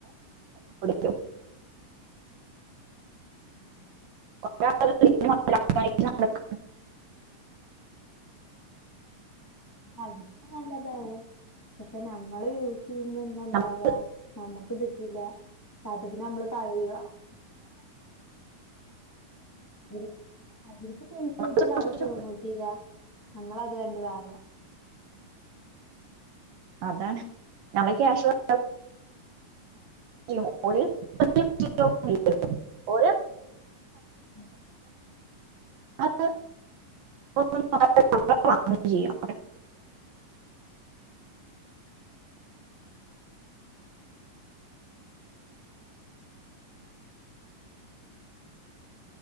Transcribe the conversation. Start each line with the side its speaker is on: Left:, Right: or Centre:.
Right: <unintelligible>
Left: ഉം
Right: <unintelligible> കാണിക്ക്‌ണ <unintelligible>
Left: <unintelligible> നല്ലതാവും പക്ഷെ നമ്മള് യു പിന്നന്താ ഇണ്ടാവ
Right: നമ്മ-
Left: നമ്മുക്ക് പറ്റില്ല അത് പിന്നെ നമ്മള് കളയ അവരി അവരിക്ക് പൈസ
Right: നമ്മള്
Left: കിട്ട
Right: സൂക്ഷിച്ചു.
Left: അത് പ്രമോട്ട് ചെയ്യ നമ്മളത് കണ്ട് വാങ്ങാ
Right: അതാണ് നമ്മളെ ക്യാഷ് വ <unintelligible>
Left: അത്രേയുള്ളൂ
Right: ഓല്
Left: ഉം
Right: അത് <unintelligible> ചെയ്യും